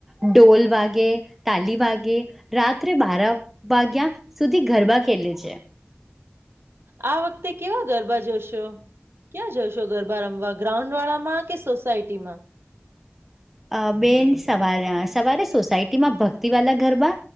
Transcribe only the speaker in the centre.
ડઢોલ વાગે, તાલી વાગે, રાત્રે બારા વાાગ્યા સુધી, ગરબા ખેલે છે.
અ બેન સવાર સોસાયટીમાં ગરબા.